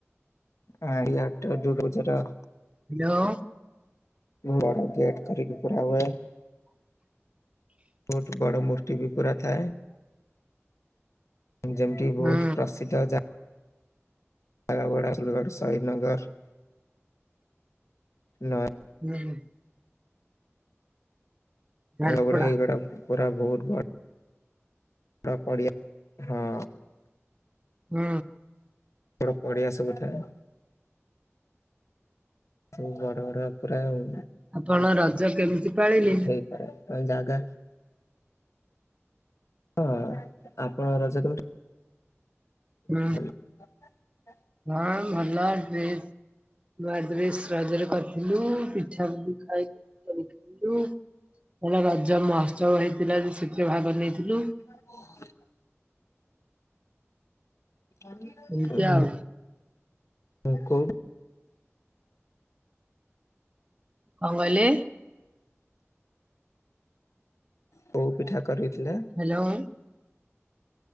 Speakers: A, on the left; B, on the right.
A: ଆଳିଆ ଟପରୁ <unintelligible>
B: ହାଲୋ।
A: ବଡଗେଟ କରିକି ପୂରା ହୁଏ। ବହୁତ ବଡ ମୂର୍ତ୍ତି ବି ପୁରା ଥାଏ। ଯେମିତି କି ବହୁତ
B: ହୁଁ
A: ପ୍ରସିଦ୍ଧ ଜା ରାୟଗଡା ସୁନ୍ଦରଗଡ଼ ଶହିଦନଗର ନ
B: ହୁଁ ହୁଁ। ଝାଡପଡା
A: ଆଉଗୁଡା ଏଇଗୁଡା ପୁରା ବହୁତ ବ ପୁରା ପଡିଆ ହଁ।
B: ହୁଁ।
A: ଗୁଡା ପଡ଼ିଆ ସବୁ ଥାଏ। ସବୁ ବଡ ବଡ଼ ପୁରା ଆଉ
B: ଆପଣ ରଜ କେମିତି ପାଳିଲେ?
A: ଏପର କାଇଁ ଜାଗା? ହଁ, ଆପଣଙ୍କର ରଜ କେମିତି
B: ହୁଁ।
A: <unintelligible>
B: ହଁ ଭଲ ଡ୍ରେସ ନୂଆଡ୍ରେସ ରଜରେ କରିଥିଲୁ, ପିଠା ବି ଖାଇଵାକୁ କରିଥିଲୁ। ଏଇନା ରଜ ମହୋତ୍ସବ ହେଇଥିଲା ଯେ ସେଥିରେ ଭାଗ ନେଇଥିଲୁ।
A: ସେଟାରେ କଣ ହୁଏ? ଉହୁଁ
B: ଏମିତି
A: ହୁଁ
B: ଆଉ
A: କଉ
B: କଣ କହିଲେ?
A: କୋଉ ପିଠା କରିଥିଲେ?
B: ହେଲୋ।